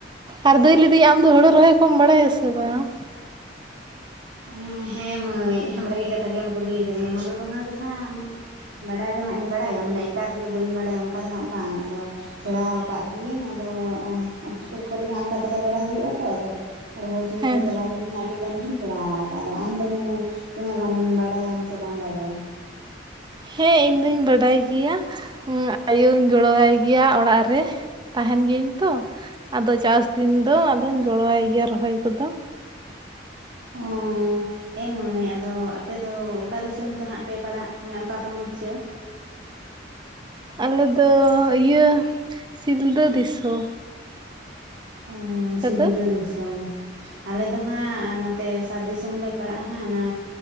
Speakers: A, on the right; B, on the right.
A: ᱟᱨ ᱫᱟᱹᱭ ᱞᱟᱹᱭᱫᱟᱧ ᱟᱢᱫᱚ ᱦᱳᱲᱳ ᱨᱚᱦᱚᱭ ᱠᱚᱢ ᱵᱟᱲᱟᱭᱟ ᱥᱮ ᱵᱟᱝ?
B: ᱦᱮᱸ ᱦᱮᱸ ᱢᱟᱹᱭ ᱵᱷᱟᱜᱤ ᱠᱟᱛᱷᱟ ᱜᱮᱢ ᱠᱩᱞᱤ ᱟᱠᱟᱫᱤᱧᱟ ᱦᱩᱲᱩ ᱨᱚᱦᱚᱭ ᱨᱮᱦᱟᱸᱜ ᱢᱟᱱᱮ ᱵᱟᱰᱟᱭ ᱫᱚ ᱦᱟᱸᱜ ᱤᱧ ᱵᱟᱲᱟᱭᱟ ᱢᱟᱱᱮ ᱮᱠᱟᱞᱜᱮ ᱵᱟᱹᱧ ᱵᱟᱰᱟᱭᱟ ᱚᱝᱠᱟ ᱫᱚ ᱦᱟᱸᱜ ᱵᱟᱝ, ᱟᱫᱚ ᱥᱮᱬᱟ ᱟᱠᱟᱜ ᱜᱤᱭᱟᱹᱧ ᱟᱫᱚ ᱦᱳᱥᱴᱮᱞ ᱠᱚᱨᱮ ᱜᱮ ᱦᱟᱸᱜ ᱚᱝᱠᱟ ᱛᱟᱦᱮᱸ ᱵᱟᱲᱟ ᱦᱩᱭᱩᱜᱼᱟ ᱛᱚ, ᱟᱫᱚ ᱨᱚᱦᱚᱭ ᱥᱚᱢᱚᱭ
A: ᱦᱮᱸ
B: ᱫᱚ ᱪᱟᱞᱟᱣ
A: ᱦᱮᱸ
B: <unintelligible> ᱟᱹᱰᱤ ᱜᱟᱱ ᱜᱮᱧ ᱥᱮᱲᱟ ᱠᱟᱫᱟ ᱾ ᱟᱢ ᱫᱚ ᱢᱟᱹᱭ ᱛᱤᱱᱟᱹᱜ ᱜᱟᱱᱮᱢ ᱵᱟᱰᱟᱭᱟᱢ ᱥᱮ ᱵᱟᱢ ᱵᱟᱰᱟᱭᱟ?
A: ᱦᱮᱸ ᱤᱧ ᱫᱩᱧ ᱵᱟᱰᱟᱭ ᱜᱮᱭᱟ, ᱟᱭᱳᱧ ᱜᱚᱲᱚ ᱟᱭ ᱜᱮᱭᱟ ᱚᱲᱟᱜ ᱨᱮ ᱾ ᱛᱟᱦᱮᱱ ᱜᱤᱭᱟᱹᱧ ᱛᱚ, ᱟᱫᱚ ᱪᱟᱥ ᱫᱤᱱ ᱫᱚ ᱟᱫᱚᱧ ᱜᱚᱲᱚᱣᱟᱭ ᱜᱮᱭᱟ ᱨᱚᱦᱚᱭ ᱠᱚᱫᱚ ᱾
B: ᱚᱸᱻ ᱮ ᱢᱟᱹᱭ ᱟᱫᱚ ᱟᱯᱮ ᱫᱚ ᱚᱠᱟ ᱫᱤᱥᱚᱢ ᱛᱚ ᱦᱟᱸᱜ ᱯᱮ ᱯᱟᱲᱟᱜ ᱢᱟᱱᱮ ᱚᱠᱟ ᱯᱚᱱᱚᱛ ᱪᱚ?
A: ᱟᱞᱮ ᱫᱚ ᱤᱭᱟᱹ ᱥᱤᱞᱫᱟᱹ ᱫᱤᱥᱚ ᱾
B: ᱚ ᱥᱤᱞᱫᱟᱹ
A: ᱫᱚ?
B: ᱫᱤᱥᱚᱢ ᱾ ᱟᱞᱮ ᱫᱚ ᱦᱟᱸᱜ ᱱᱚᱛᱮ ᱥᱟᱛ ᱫᱤᱥᱚᱢ ᱞᱮ ᱯᱟᱲᱟᱜ-ᱟ ᱦᱟᱸᱜ ᱚᱱᱟ